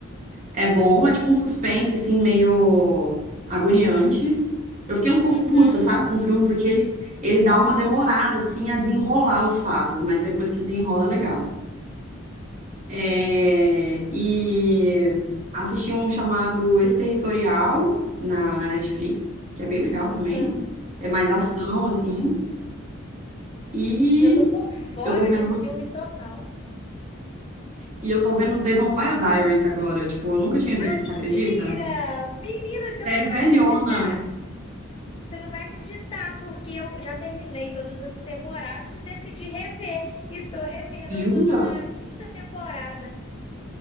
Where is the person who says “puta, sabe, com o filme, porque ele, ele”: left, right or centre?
Right